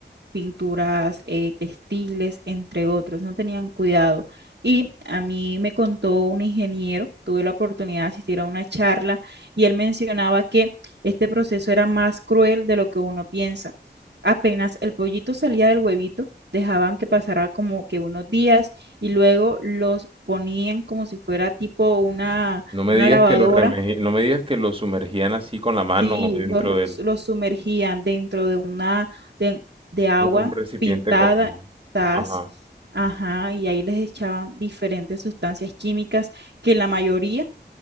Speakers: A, on the right; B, on the right.
A: pinturas eh, textiles, entre otros, no tenían cuidado. Y a mí me contó un ingeniero, tuve la oportunidad de asistir a una charla y él mencionaba que este proceso era más cruel de lo que uno piensa. Apenas el pollito salía del huevito, dejaban que pasara como que unos días y luego los ponían como si fuera tipo una,
B: No me
A: una
B: digas
A: lavadora
B: que los remeji- no me digas que los sumergían así con la mano
A: Sí,
B: dentro
A: los, ru-
B: del
A: los sumergían dentro de una de, de agua
B: un un recipiente
A: pintada,
B: con,
A: tas,
B: ajá.
A: ajá, y ahí les echaban diferentes sustancias químicas que la mayoría,